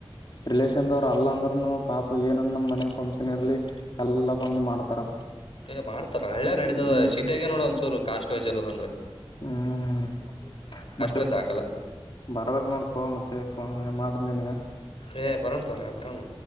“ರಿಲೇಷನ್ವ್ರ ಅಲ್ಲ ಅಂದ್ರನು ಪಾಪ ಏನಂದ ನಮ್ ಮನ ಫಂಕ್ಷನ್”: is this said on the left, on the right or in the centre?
Left